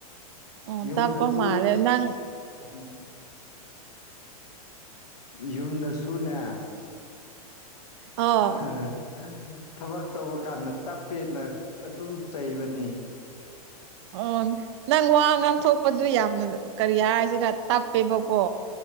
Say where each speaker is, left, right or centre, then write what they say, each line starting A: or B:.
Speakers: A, on the right; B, on the left.
A: ꯎꯝ
B: ꯌꯨꯝꯗꯁꯨ
A: ꯇꯞꯄ ꯃꯥꯜꯂꯦ ꯅꯪ
B: ꯎꯝ ꯌꯨꯝꯗꯁꯨꯅꯦ
A: ꯑꯣ
B: ꯍ ꯍ ꯊꯕꯛ ꯇꯧꯕ ꯀꯥꯟꯗ ꯇꯞꯄꯦꯅ ꯑꯗꯨꯝ ꯆꯩꯕꯅꯤ
A: ꯑꯣ ꯅꯪ ꯋꯥ ꯉꯥꯡ ꯊꯣꯛ ꯑꯗꯨ ꯌꯥꯝꯅ ꯀꯔꯤ ꯍꯥꯏꯁꯤꯔ ꯇꯞꯄꯦꯕꯀꯣ